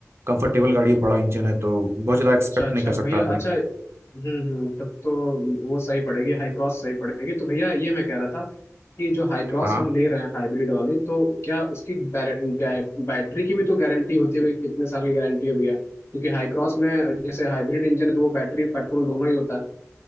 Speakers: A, on the right; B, on the left.
A: कंफर्टेबल गाड़ी है बड़ा इंजन है तो बहुत ज्यादा एक्सपेक्ट
B: अच्छा अच्छा
A: नहीं कर सकता
B: भैया
A: आदमी
B: अच्छा हम्म हम्म तब तो वो सही पड़ेगी हाई क्रॉस सही पड़ेगी तो भैया ये मैं कह रहा था कि जो हाई क्रॉस
A: हाँ
B: हम ले रहे हैं हाइब्रिड वाली तो क्या उसकी बैर- गा- बैटरी की भी तो गारंटी होती हुई कितने साल की गारंटी है भैया क्योंकि हाई क्रॉस में जैसे हाइब्रिड इंजन है तो वो बैटरी पेट्रोल दोनों ही होता है